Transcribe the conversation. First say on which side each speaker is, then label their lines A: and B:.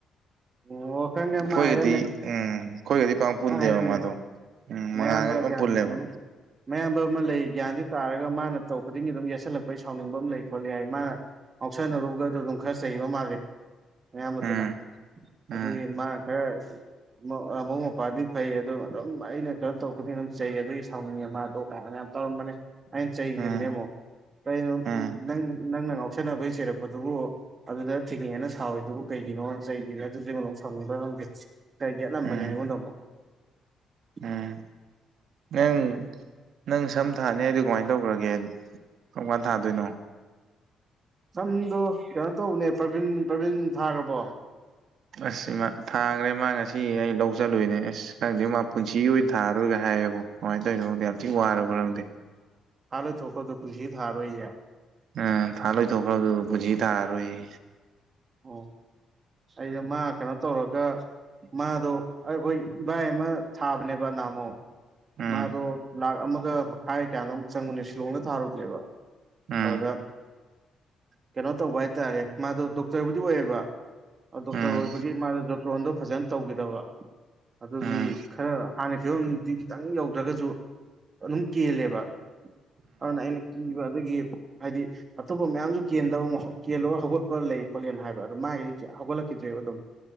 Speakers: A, on the right; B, on the right.
A: ꯑꯣ ꯑꯣ ꯈꯪ ꯈꯦ
B: ꯑꯩꯈꯣꯏꯒꯗꯤ
A: ꯃꯥ ꯍꯥꯏꯔꯝꯃꯦ
B: ꯎꯝ ꯑꯩꯈꯣꯏꯒꯗꯤ ꯄꯥꯛ ꯄꯨꯟꯗꯦꯕ
A: ꯃꯥ ꯍꯥꯏꯔꯝꯃꯦ
B: ꯃꯥꯗꯣ ꯎꯝ
A: ꯃꯌꯥꯝꯕ
B: ꯃꯉꯥꯜꯒꯗꯤ ꯄꯨꯔꯥ
A: ꯒ꯭ꯌꯥꯟ
B: ꯄꯨꯜꯂꯦꯕ
A: ꯃꯌꯥꯝꯕ ꯑꯃ ꯂꯩ ꯒ꯭ꯌꯥꯟꯗꯨ ꯇꯥꯔꯒ ꯃꯥꯅ ꯇꯧ ꯈꯨꯗꯤꯡꯒꯤ ꯑꯗꯨꯝ ꯌꯥꯠꯁꯤꯜꯂꯛꯄꯩ ꯁꯥꯎꯅꯤꯡꯕ ꯑꯃ ꯂꯩ ꯈꯣꯠꯂꯦ ꯍꯥꯏꯏ ꯃꯥꯅ ꯉꯥꯎꯁꯟꯅꯔꯨꯒ ꯑꯗꯨ ꯑꯗꯨꯝ ꯈꯔ ꯆꯩꯕ ꯃꯥꯜꯂꯦ ꯃꯌꯥꯝꯕꯗꯨꯅ
B: ꯎꯝ ꯎꯝ
A: ꯑꯗꯨꯒꯤ ꯃꯥꯥꯅ ꯈꯔ ꯃꯧ ꯃꯧꯕꯨꯛꯄꯥꯗꯤ ꯐꯩ ꯑꯗꯨ ꯑꯗꯨꯝ ꯑꯩꯅ ꯀꯩꯅꯣ ꯇꯧ ꯈꯨꯗꯤꯡ ꯑꯗꯨꯝ ꯆꯩ ꯑꯗꯨꯒꯤ ꯁꯥꯎꯅꯤꯡꯉ ꯃꯗꯣ ꯀꯥꯏꯅ ꯌꯥꯝ ꯇꯧꯔꯝꯕꯅꯦꯅ ꯑꯩꯅ ꯆꯩꯈꯤꯕꯅꯦ
B: ꯎꯝ
A: ꯑꯃꯨꯛ ꯀꯩꯅꯣ
B: ꯎꯝ
A: ꯅꯪ ꯅꯪꯅ ꯉꯥꯎꯁꯤꯟꯅꯕꯩ ꯆꯩꯔꯛꯄꯗꯨꯕꯨ ꯑꯗꯨꯗ ꯊꯤꯡꯉꯦꯅ ꯁꯥꯎꯋꯏꯗꯨꯕꯨ ꯀꯩꯒꯤꯅꯣ ꯆꯩꯒꯤꯝ ꯑꯗꯨꯁꯨ ꯑꯩꯉꯣꯟꯗ ꯑꯄꯨꯛ ꯁꯥꯎꯅꯤꯡꯕ꯭ꯔ ꯈꯪꯗꯦ ꯌꯦꯠꯂꯝꯕꯅꯤ
B: ꯎꯝ
A: ꯑꯩꯉꯣꯟꯗ ꯃꯨꯛ <inaudible>
B: ꯎꯝ ꯅꯪ ꯅꯪ ꯁꯝ ꯊꯥꯅꯤ ꯍꯥꯏꯗꯨ ꯀꯃꯥꯏꯅ ꯇꯧꯈ꯭ꯔꯒꯦ ꯀꯝꯀꯥꯟ ꯊꯥꯗꯣꯏꯅꯣ
A: ꯁꯝꯗꯣ ꯀꯩꯅꯣ ꯇꯧꯕꯅꯦ ꯄ꯭ꯔꯚꯤꯟ ꯄ꯭ꯔꯚꯤꯟ ꯊꯥꯒ꯭ꯔꯕꯣ
B: ꯑꯁ ꯃꯥ ꯊꯥꯒ꯭ꯔꯦ ꯃꯥ ꯉꯁꯤ ꯑꯩ ꯂꯧ ꯆꯠꯂꯨꯏꯅꯦ ꯑꯁ ꯈꯪꯗꯦ ꯃꯥ ꯄꯨꯟꯁꯤꯒꯤ ꯑꯣꯏꯅ ꯊꯥ ꯔꯣꯣꯒ ꯍꯥꯏꯌꯦꯕꯣ ꯀꯃꯥꯏꯅ ꯇꯧꯅꯣ ꯈꯪꯗꯦ ꯌꯥꯝ ꯊꯤ ꯋꯥꯔꯕ ꯈꯪꯗꯦ
A: ꯊꯥ ꯂꯣꯢꯊꯣꯛꯈ꯭ꯔꯕꯗꯣ ꯄꯨꯟꯁꯤꯒꯤ ꯊꯥꯔꯣꯏ ꯌꯦ
B: ꯎꯝ ꯊꯥ ꯂꯣꯏꯊꯣꯛꯈ꯭ꯔ ꯗꯨꯕꯨ ꯄꯨꯟꯁꯤ ꯊꯥꯔꯔꯣꯏꯌꯦ
A: ꯑꯣ ꯑꯩꯩꯁꯨ ꯃꯥ ꯀꯩꯅꯣ ꯇꯧꯔꯒ ꯃꯥꯗꯣ ꯑꯩꯈꯣꯏ ꯏꯕꯥꯏ ꯑꯃ ꯊꯥꯕꯅꯦꯕ ꯅꯥꯍꯃꯣꯛ
B: ꯎꯝ
A: ꯃꯥꯗꯣ ꯂꯥꯛ ꯑꯃꯒ ꯃꯈꯥꯏ ꯀꯌꯥꯅꯣ ꯑꯃꯨꯛ ꯆꯪꯕꯅꯦ ꯁꯤꯂꯣꯡꯗ ꯊꯥꯔꯨꯕꯅꯦꯕ
B: ꯎꯝ
A: ꯑꯗꯨꯗ ꯀꯩꯅꯣ ꯇꯧꯕ ꯍꯥꯏ ꯇꯔꯦ ꯃꯥꯗꯨ ꯗꯣꯛ ꯗꯣꯛꯇꯔꯕꯨꯗꯤ ꯑꯣꯏꯌꯦꯕ ꯗꯣꯛꯇꯔ
B: ꯎꯝ
A: ꯑꯣꯏꯕꯒꯤ ꯃꯥꯗꯣ ꯖꯣꯇꯣꯟꯗꯣ ꯐꯖꯅ ꯇꯧꯈꯤꯗꯕ ꯑꯗꯨꯒꯤ
B: ꯎꯝ
A: ꯈꯔ ꯍꯥꯟꯅꯩ ꯐꯤꯕꯝꯗꯤ ꯈꯤꯇꯪ ꯌꯧꯗ꯭ꯔꯒꯁꯨ ꯑꯗꯨꯝ ꯀꯦꯜꯂꯦꯕ ꯑꯗꯨꯅ ꯑꯩꯅ ꯀꯤꯕ ꯑꯗꯒꯤ ꯍꯥꯏꯗꯤ ꯑꯇꯣꯞꯄ ꯃꯌꯥꯝꯁꯨ ꯀꯦꯟꯗꯕ ꯀꯦꯜꯂꯒ ꯍꯧꯒꯠꯄ ꯂꯩ ꯄꯣꯂꯦꯟ ꯍꯥꯏꯕ ꯑꯗꯨ ꯃꯥꯒꯤꯗꯤ ꯍꯧꯒꯠꯂꯛꯈꯤꯗ꯭ꯔꯦꯕ ꯑꯗꯨꯝ